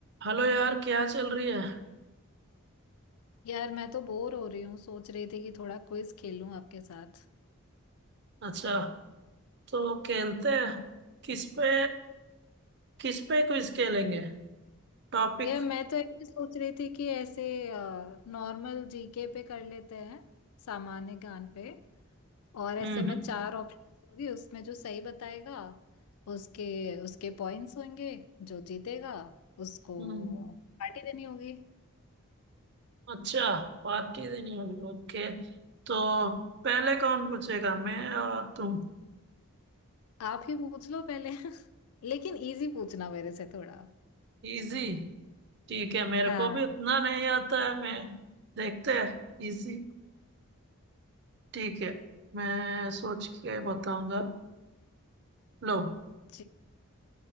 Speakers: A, on the right; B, on the left.
A: हेलो यार क्या चल रही है
B: यार मैं तो बोर हो रही हूँ सोच रही थी कि थोड़ा क्विज खेलूं आपके साथ
A: अच्छा तो खेलते हैं किस पे किस पे क्विज खेलेंगे टॉपिक
B: यार मैं तो ऐसे सोच रही थी कि ऐसे नॉर्मल जीके पे कर लेते हैं सामान्य ज्ञान पे और ऐसे
A: हम्म
B: मैं चार ऑप्शन दूंगी उसमें जो सही बताएगा उसके उसके पॉइंट्स होंगे जो जीतेगा उसको
A: हम्म
B: पार्टी देनी होगी
A: अच्छा पार्टी देनी होगी ओके तो पहले कौन पूछेगा मैं और तुम
B: आप ही पूछ लो पहले <laughs> लेकिन इजी पूछना मेरे से थोड़ा
A: इजी ठीक है मेरे
B: हाँ
A: को भी उतना नहीं आता है मैं देखते हैं इजी ठीक है मैं सोच के बताऊंगा लो
B: जी